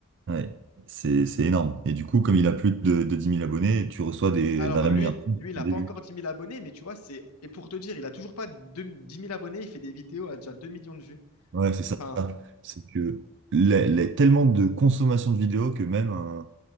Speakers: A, on the right (about 55°); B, on the left (about 80°).
A: Ouais, c'est c'est énorme. Et du coup, comme il a plus de, de dix mille abonnés, tu reçois des,
B: Alors
A: de la rémunération
B: lui, lui il n'a
A: au début.
B: pas encore dix mille abonnés, mais tu vois, c'est. Et pour te dire, il a toujours pas dix mille abonnés. Il fait des vidéos à déjà 2 millions de vues.
A: Ouais, c'est ça.
B: Enfin,
A: C'est que les, les- tellement de consommation de vidéos que même un,